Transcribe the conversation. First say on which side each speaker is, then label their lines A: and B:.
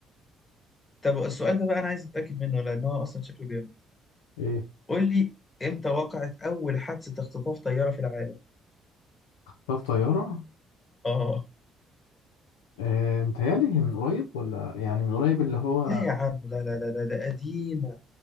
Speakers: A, on the left; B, on the left.
A: طب السؤال ده بقى أنا عايز أتأكد منه لأن هو أصلا شكله جامد
B: ايه
A: قول لي إمتى وقعت أول حادثة اختطاف طيارة في العالم؟
B: طب طيارة
A: آه
B: آه متهيألي هي من قريب ولا يعني من قريب اللي هو
A: لا يا عم لا لا لا لا ده قديمة